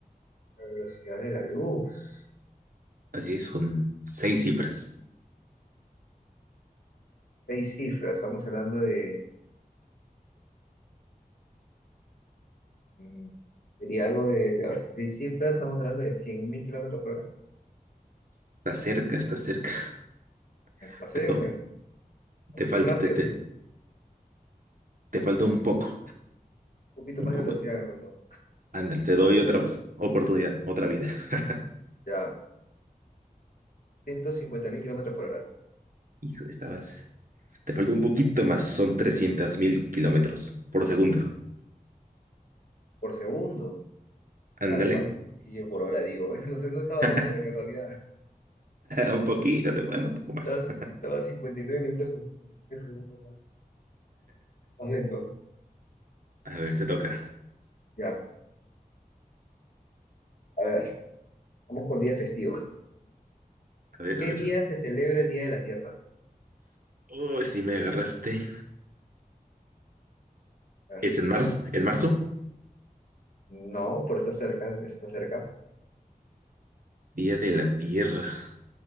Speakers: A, on the left; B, on the right.
A: La velocidad de la luz.
B: Así es, son seis cifras.
A: Seis cifras. Estamos hablando de... mm, sería algo de... A ver, seis cifras. Estamos hablando de 100.000 kilómetros por hora.
B: Está cerca, está cerca.
A: Me
B: <laughs>
A: paseo,
B: Te,
A: me,
B: te
A: muy
B: falta,
A: rápido,
B: te, te,
A: me- un
B: te falta un poco,
A: poquito
B: un
A: más
B: poco.
A: de velocidad me faltó.
B: Ándale, te doy otra ops- oportunidad, otra vida. <laughs>
A: Ya. 150.000 kilómetros por hora.
B: Hijo, estabas. Te faltó un poquito más, son 300 mil kilómetros por segundo.
A: Por segundo.
B: Ándale.
A: Claro, fue hasta yo por hora, digo. <laughs> No sé, no estaba
B: <laughs>
A: tan cerca en realidad.
B: Un poquito, te- bueno, un poco más.
A: Estaba, estaba 59 minutos con 59 segundos más, más lento.
B: A ver, te toca.
A: Ya, a ver, vamos con día festivo.
B: A ver,
A: ¿Qué
B: a ver.
A: día se celebra el Día de la Tierra?
B: Uy, si me agarraste.
A: A ver,
B: Es en marzo, en marzo,
A: no, pero está cerca, el mes está cerca.
B: Día de la Tierra.